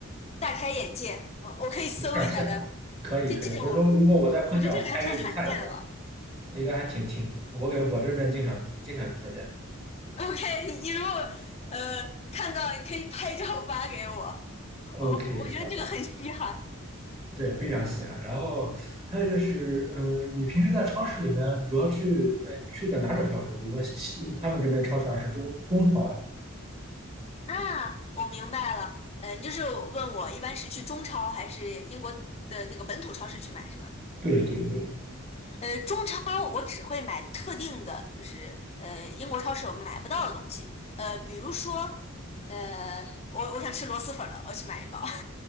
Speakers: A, on the left (about 30°); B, on the right (about 30°).
A: 大开眼界。我我可以搜一下，
B: 没事儿，下
A: 待会儿这这种，
B: 可以可以，回头如果我再碰见，
A: 我觉得这个还挺罕见的吧。
B: 我拍给你看。一下。应该还挺挺，我感觉我这边经常经常碰见。
A: OK，你你如果呃看到，你可以拍照发给我。
B: OK，
A: 我我觉得这个很稀罕
B: 好的。对，非常稀罕。然后还有就是，嗯，你平时在超市里面主要去，呃，去的哪种超市？比如说西，他们这边超市啊是中中超啊，
A: 啊。我明白了，呃，你就是问我一般是去中超还是英国的那个本土超市去买是吗？
B: 对对对，
A: 呃，中超我只会买特定的，就是呃英国超市我买不到的东西，呃，比如说。呃，我我想吃螺蛳粉了，我去买一包。